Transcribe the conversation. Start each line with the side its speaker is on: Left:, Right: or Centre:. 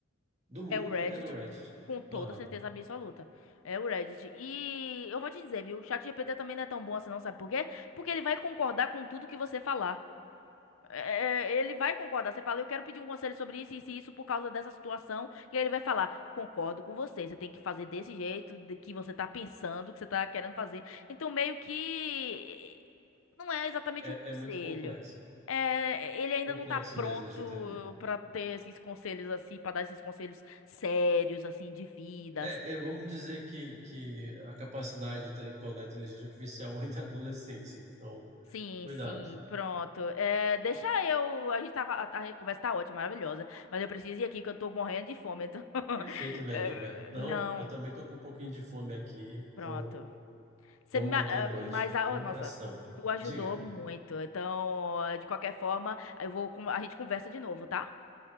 Right: do mundo
Left: é o Reddit,
Right: é no Reddit.
Left: com toda
Right: Aham,
Left: certeza absoluta. É o Reddit. E eu vou te dizer, viu? O chat GPT também não é tão bom assim, não, sabe por quê? Porque ele vai concordar com tudo que você falar. É, ele vai concordar. Você fala, eu quero pedir um conselho sobre isso, isso e isso por causa dessa situação. E aí ele vai falar, concordo com você. Você tem que fazer desse jeito de que você tá pensando, que você tá querendo fazer. Então, meio que não é exatamente
Right: É,
Left: um conselho.
Right: é muito complexo,
Left: É, ele ainda
Right: complexo
Left: não tá pronto
Right: mesmo de entender.
Left: pra ter esses conselhos assim, pra dar esses conselhos sérios assim de vida,
Right: É,
Left: assim,
Right: é, vamos dizer que, que a capacidade intelectual da inteligência artificial <laughs> ainda é adolescência, então,
Left: Sim,
Right: cuidado.
Left: sim, pronto. É, deixa eu. A gente tava. A, a conversa tá ótima, maravilhosa. Mas eu preciso ir aqui que eu tô morrendo de fome. Então. <laughs>
Right: Perfeito, minha
Left: é,
Right: amiga. Não,
Left: não,
Right: eu também tô com um pouquinho de fome aqui.
Left: pronto.
Right: Vou,
Left: Você
Right: vamos
Left: me,
Right: bater
Left: ah,
Right: a noite.
Left: mas, a,
Right: Um
Left: oh,
Right: abração.
Left: nossa, tu ajudou
Right: Diga,
Left: muito. Então, de qualquer forma, eu vou, com- a gente conversa de novo, tá?